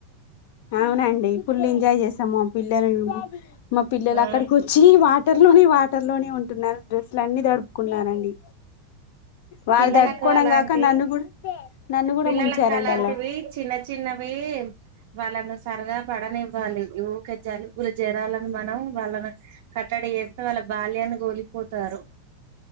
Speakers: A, on the left (about 60°); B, on the right (about 65°).
A: అవునండి ఫుల్ ఎంజాయ్ జేసాము పిల్లలు మా పిల్లలు
B: ఆ
A: అక్కడికొచ్చి వాటర్ లోనే వా టర్ లోనే ఉంటున్నారు డ్రెస్సులు అన్ని తడుపుకున్నారండి వాళ్ళు
B: పిల్లలకు
A: తడుపుకోవడం
B: అలాంటి
A: కాక నన్ను కూడా నన్ను కూడా
B: పిల్లలకు
A: ముంచారండి
B: అలాంటివి
A: అలా
B: చిన్న చిన్న అవీ వాళ్ళను సరదా పడనివ్వాలి, ఊకే జాలుబు జరాలని మనం వాళ్ళను కట్టడి చేస్తే వాళ్ళ. బాల్యాన్ని గోలిపోతారు